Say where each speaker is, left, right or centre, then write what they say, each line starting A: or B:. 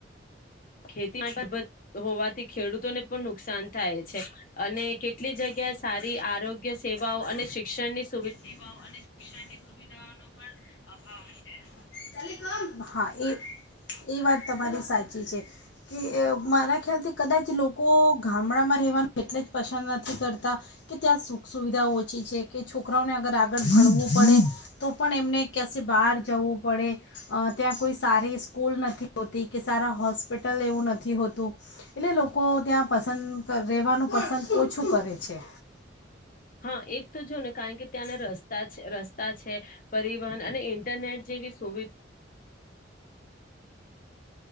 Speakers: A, on the left (about 45°); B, on the left (about 70°).
A: ખેતીમાં હોવાથી ખેડૂતોને પણ નુકસાન થાય છે, અને કેટલી જગ્યાએ સારી આરોગ્ય સેવાઓ અને શિક્ષણની
B: સેવાઓ અને શિક્ષણની સુવિધાઓ ન પણ અભાવ છે <unintelligible> હા એ એ વાત તમારી સાચી છે, કે મારા ખ્યાલથી કદાચ લોકો ગામડામાં રહેવાનું એટલે જ પસંદ નથી કરતા, કે ત્યાં સુખ સુવિધા ઓછી છે કે છોકરાઓને અગર આગળ ભણવું પડે, તો પણ એમને કસે બહાર જવું પડે, ત્યાં કોઈ સારી સ્કૂલ નથી હોતી કે સારા હોસ્પિટલ એવું નથી હોતું, એટલે લોકો ત્યાં પસંદ રહેવાનું પસંદ ઓછું કરે છે.
A: હા એક તો જો ને કારણ કે ત્યાના રસ્તા જ રસ્તા છે, પરિવહન અને ઇન્ટરનેટ જેવી સુવિધા